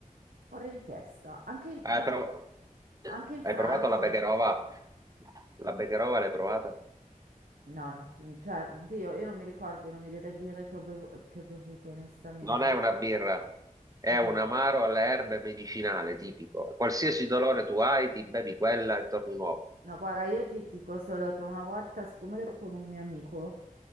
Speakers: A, on the right (about 85°); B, on the right (about 25°).
A: fuori di testa. Anche,
B: Hai,
A: anche-
B: prov-
A: anche in Francia.
B: hai provato la Becherova? La Becherova l'hai provata?
A: No, non so- cioè, oddio, io non mi ricordo i nomi delle birre che ho bev- che ho bevuto, onestamente.
B: Non è una birra, è
A: Cos'è?
B: un amaro alle erbe medicinale tipico. Qualsiasi dolore tu hai, ti bevi quella e torni nuovo.
A: No, guarda, io ti dico solo che una volta, siccome ero con un mio amico,